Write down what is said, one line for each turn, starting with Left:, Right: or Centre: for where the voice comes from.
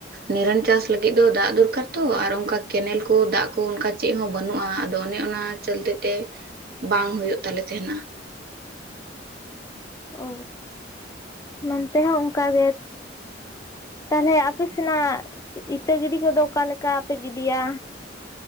Right: ᱱᱤᱨᱚᱱ ᱪᱟᱥ ᱞᱟᱹᱜᱤᱫ ᱫᱚ ᱫᱟᱜ ᱫᱚᱨᱠᱟᱨ ᱛᱚ ᱟᱨ ᱚᱱᱠᱟ ᱠᱮᱱᱮᱞ ᱠᱚ ᱫᱟᱜ ᱠᱚ ᱚᱱᱠᱟ ᱪᱮᱫ ᱦᱚᱸ ᱵᱟᱹᱱᱩᱜᱼᱟ, ᱟᱫᱚ ᱚᱱᱮ ᱚᱱᱟ ᱚᱱᱟ ᱪᱚᱞᱛᱮ ᱛᱮ ᱵᱟᱝ ᱦᱩᱭᱩᱜ ᱛᱟᱞᱮ ᱛᱟᱸᱦᱮᱱᱟ᱾
Left: ᱚ ᱱᱚᱱᱛᱮ ᱦᱚᱸ ᱚᱱᱠᱟ ᱜᱮ᱾ ᱛᱟᱦᱚᱞᱮ ᱟᱯᱮ ᱥᱮᱱᱟᱜ ᱤᱛᱟᱹ ᱜᱤᱰᱤ ᱠᱚᱫᱚ ᱚᱠᱟᱞ ᱞᱮᱠᱟ ᱯᱮ ᱜᱤᱰᱤᱭᱟ?